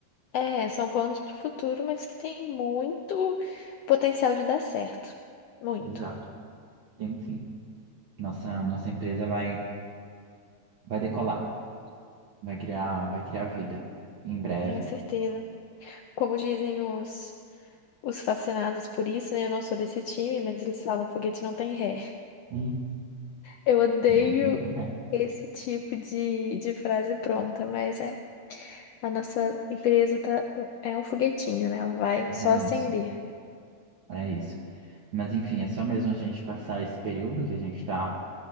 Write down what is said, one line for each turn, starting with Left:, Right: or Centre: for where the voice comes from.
Left: É, são planos para o futuro, mas que tem muito potencial de dar certo. Muito,
Right: Exato. Enfim, nossa, nossa empresa vai Vai decolar, vai criar, vai criar vida em breve.
Left: tenho certeza. Como dizem os, os fascinados por isso, né? Eu não sou desse time, mas eles falam foguete não tem ré.
Right: <laughs>
Left: Eu odeio
Right: Não tem ré.
Left: esse tipo de, de frase pronta, mas é. A nossa empresa tá, é um foguetinho, né? Ela vai só
Right: É
Left: acender.
Right: isso, é isso. Mas enfim, é só mesmo a gente passar esse período que a gente está